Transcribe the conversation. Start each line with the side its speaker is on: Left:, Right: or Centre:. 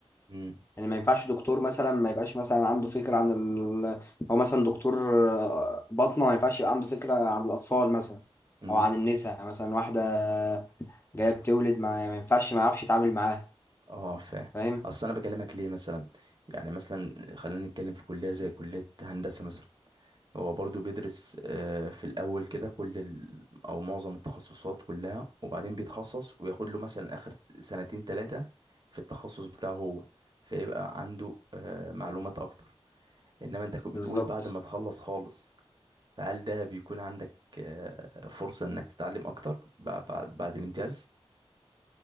Right: مم.
Left: يعني ما ينفعش دكتور مثلا ما يبقاش مثلا عنده فكرة عن ال... هو مثلا دكتور آه، باطنة ما ينفعش يبقى عنده فكرة عن الأطفال مثلا
Right: مم.
Left: أو عن النساء مثلا واحدة جاية بتولد ما, يعني ما ينفعش ما يعرفش يتعامل معاها
Right: اه فاهم
Left: فاهم
Right: اصل انا بكلمك ليه مثلا يعني مثلا خلينا نتكلم في كليه زي كليه هندسه مثلا هو برضو بيدرس آه، في الاول كده كل ال... او معظم التخصصات كلها وبعدين بيتخصص وياخد له مثلا اخر سنتين ثلاثه في التخصص بتاعه هو فيبقى عنده آه، معلومات اكتر انما انت كنت
Left: بالظبط
Right: بتقول بعد ما تخلص خالص فهل ده بيكون عندك آه، فرصه انك تتعلم اكتر بعد بعد, بعد الامتياز